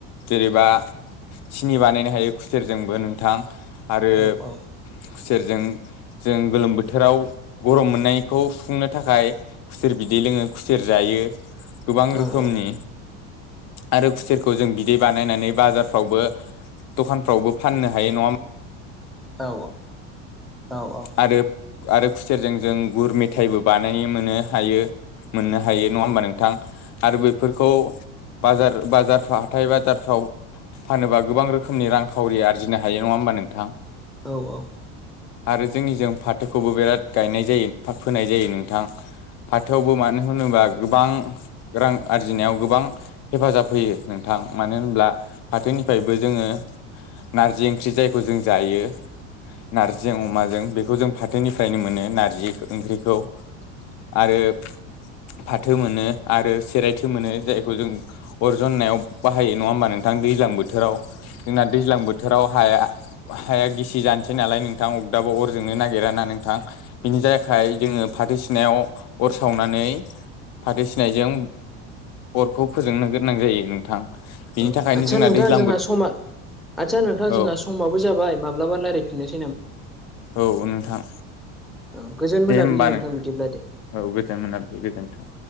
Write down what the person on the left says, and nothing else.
जेरैबा सिनि बानायनो हायो खुसेरजोंबो नोंथां। आरो
खुसेरजों जों गोलोम बोथोराव गरम मोननायखौ सुफुंनो थाखाय खुसेर बिदि बि लोङो खुसेर जायो गोबां
रोखोमनि। आरो खुसेरखौ जों बिदै बानायनानै बाजारफ्रावबो दखानफ्रावबो फाननो हायो नङा होम
आरो आरो खुसेरजों जों गुर मेथाइबो बानायनो मोनो हायो मोननो हायो। नङा होमबा नोंथां आरो बफोरखौ बाजार बाजारफ्रा हाथाय बाजारफ्राव फानोबा गोबां रो खोमनि रांखावरि आरजिनो हायो नङा होमबा नोंथां?
आरो जोंनिजों फाथोखौबो बिराद गायनाय जायो फोनाय जायो नोंथां। फाथोआवबो मानो होनोबा गोबां रां आरजिनायाव गोबां हेफाजाब होयो नोंथां मानो होनब्ला फाथोनिफ्रायबो जोङो नारजि ओंख्रि जायखौ जों जायो। नार्जिजों अमाजों बेखौ जों फाथोनिफ्रायनो मोनो नार्जि ओंख्रिखौ। आरो फाथो मोनो आरो सेरायथो मोनो जायखौ जों अर जननायाव बाहायो नङा होमबा नोंथां दै ज्लां बोथोराव जोंना दैज्लां बोथोराव हाया हाया गिसि जानोसै नालाय नोंथां दाबो अरजोंनो नागिरा ना नोंथां? बिनि जायाखाय जोङो फाथो सिनायाव अर सावनानै फाथो सिनायजों अरखौ फोजोंनो गोनां जायो नोंथां। बिनि
थाखायनो
जोंना
दैज्लां
बोथोर
औ
औ नोंथां
दे
होमबा नोंथां
औ गोजोन मोना मोनाबिलि गोजोन्थों